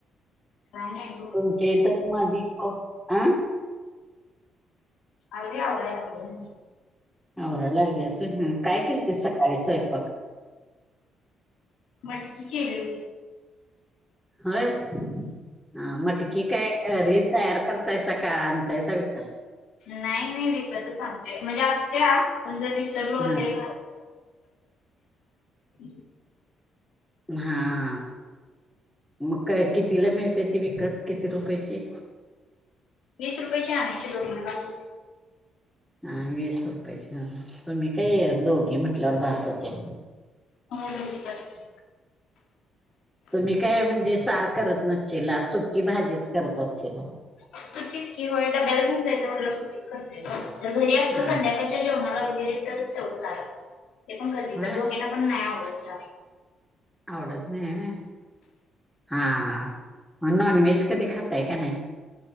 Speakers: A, on the left; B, in the centre.
A: काय नाय.
B: तुमच्या इथे मधी पाऊस, आ
A: आजही <unintelligible> आला नाही घरी
B: आवराया लागलेस व्हय, केलतीस सकाळी स्वयपाक?
A: मटकी केली होती.
B: होय, ह मटकी काय घरी तयार करतायसा का? आनताय विकत?
A: नाही नाही विकतच अंनतया, म्हणजे असते्या पण जर विसरलो
B: हा
A: वगैरे <unintelligible>
B: हा, मग कितीला मिळते ती विकत किती रुपयची?
A: वीस रुपयाेची आणायची दोघांना बास होते.
B: हा वीस रुपयेची ह, तुम्ही काय दोघे म्हटल्यावर बास होते.
A: होय ओलीच असते.
B: तुम्ही काय म्हणजे सार करत नसतीलला? सुकी भाजीच करत असतीलला?
A: सुकीच की व्हय डब्याला घेऊन जायचं म्हटल्यावर सुकीच करते. जर घरी
B: हा <unintelligible>
A: सकाळच्या जेवणाला वगैरे तरच तेवढं सार असत. ते पण कधी
B: होय
A: तर दोघांना पण नाही आवडत सार.
B: आवडत नाही हा, मग नॉन व्हेज कधी खाताय का नाही?